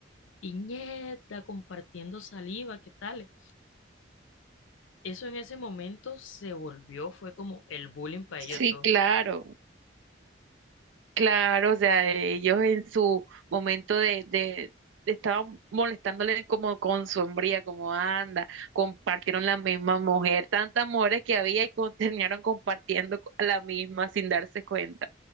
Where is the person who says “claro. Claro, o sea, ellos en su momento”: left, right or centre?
Right